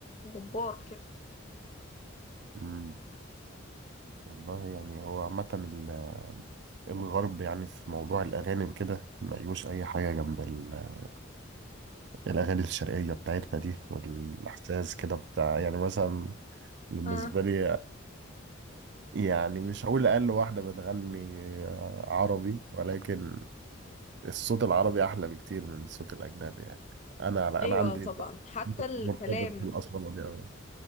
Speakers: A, on the left (about 35°); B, on the right (about 55°).
A: جبار كده
B: أمم، والله يعني هو عامة ال- الغرب يعني في موضوع الأغاني وكده مليوش أي حاجة جنب ال- الأغاني الشرقية بتاعتنا دي والإحساس كده بتاع يعني مثلا بالنسبة
A: اه
B: لي يعني مش هقول أقل واحدة بتغني آه، عربي ولكن الصوت العربي أحلى بكتير من الصوت الأجنبي يعني أنا
A: أيوة
B: أنا عندي
A: طبعا حتى الكلام
B: مرتبط بالأصالة دي أوي